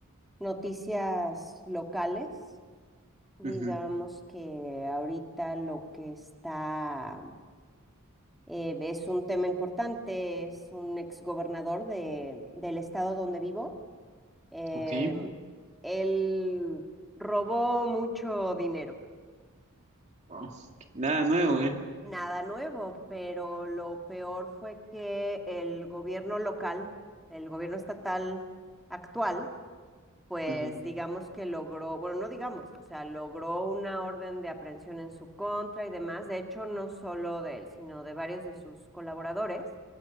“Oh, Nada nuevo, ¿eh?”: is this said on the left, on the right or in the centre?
Right